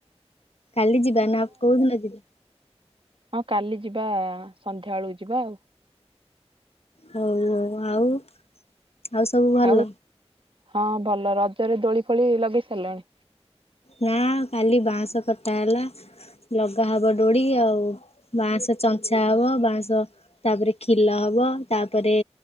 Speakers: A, on the left (about 65°); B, on the right (about 50°).
A: କାଲି ଯିବା ନା କୋଉ ଦିନ ଯିବା?
B: ହଁ କାଲି ଯିବା ସନ୍ଧ୍ୟାବେଳକୁ ଯିବା ଆଉ।
A: ହଉ ହଉ ଆଉଆଉ ସବୁ ଭଲ?
B: ଆଉ ହଁ ଭଲ ରଜରେ ଦୋଳି ଫୋଳି ଲଗେଇ ସାରିଲଣି?
A: ନା କାଲି ବାଉଁଶ କଟା ହେଲା ଲଗା ହବ ଡୋଡ଼ି ଆଉ। ବାଁଶ ଚଞ୍ଚା ହବ ବାଁଶ ତାପରେ କ୍ଷିଲ ହବ ତାପରେ।